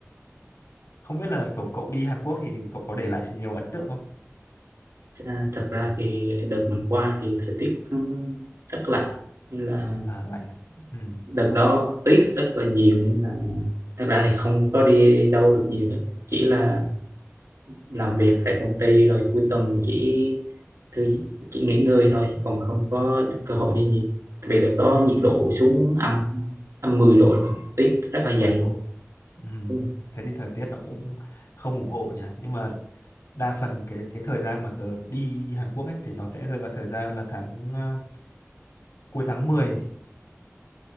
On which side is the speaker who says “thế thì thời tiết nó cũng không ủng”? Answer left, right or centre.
Left